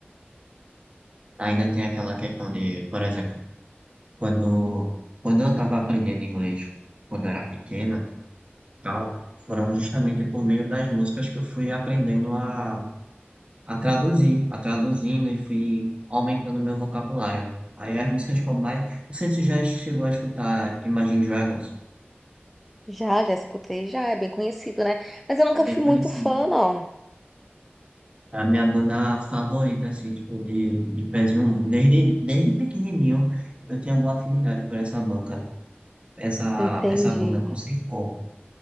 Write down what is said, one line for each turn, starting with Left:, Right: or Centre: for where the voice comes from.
Right: Ainda tem aquela questão de, por exemplo, quando, quando eu estava aprendendo inglês, quando eu era pequena, tal, foram justamente por meio das músicas que eu fui aprendendo a, a traduzir, a traduzindo e fui aumentando meu vocabulário. Aí as músicas como mais. Não sei se você já chegou a escutar Imagine Dragons,
Centre: Já, já escutei, já é bem conhecido, né? Mas eu nunca
Right: é bem
Centre: fui
Right: conhecido.
Centre: muito fã, não.
Right: É a minha banda favorita, assim, tipo, de, de pezinho. Desde, desde pequenininho eu tinha alguma afinidade por essa banca, essa,
Centre: Entendi.
Right: essa banda, não sei como.